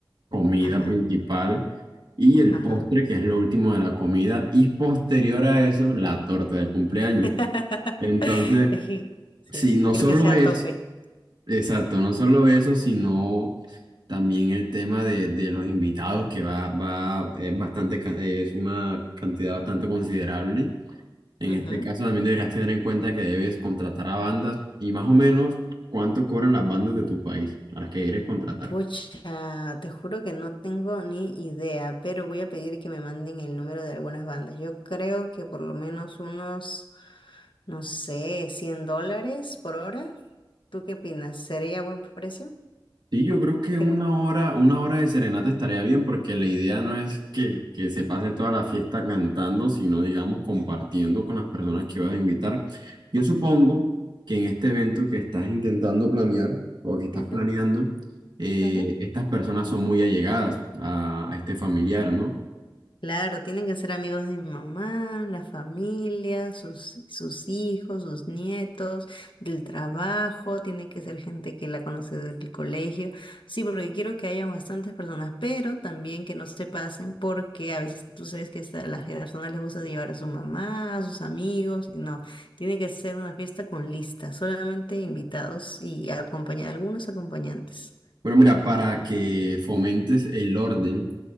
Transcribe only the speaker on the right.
comida
principal y el
postre, que es lo último de la comida, y posterior a eso, la torta de cumpleaños.
Entonces,
sí, no
solo
es,
exacto, no solo eso, sino también el tema de, de los invitados, que va, va, es bastante, ca- es una cantidad bastante considerable. En
este caso, también deberías tener en cuenta que debes contratar a bandas y más o menos cuánto cobran las bandas de tu país a las que quieres contratar.
Sí, yo creo que
una hora, una hora de serenata estaría bien porque la idea no es que, que se pase toda la fiesta cantando, sino digamos compartiendo con las personas que vas a invitar. Yo supongo que en este evento que estás intentando planear o que estás
planeando, eh,
estas personas son muy allegadas a, a este familiar, ¿no?
Bueno, mira, para que fomentes el orden